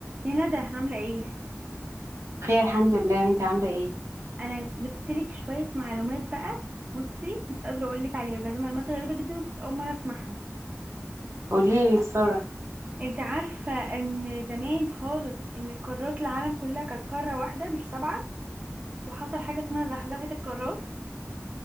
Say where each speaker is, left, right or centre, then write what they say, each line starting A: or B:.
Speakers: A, on the right (about 30°); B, on the right (about 65°).
A: يا ندى عاملة ايه؟
B: بخير الحمد لله وانت عامله ايه
A: انا جبتلك شوية معلومات بقى بصي مش قادرة اقولك عليها بجد معلومات غريبة جدا وكنت اول مرة اسمعها
B: قولي لي بسرعه
A: انت عارفة ان زمان خالص ان قارات العالم كلها كانت قارة واحدة مش سبعة وحصل حاجة اسمها زحزحة القارات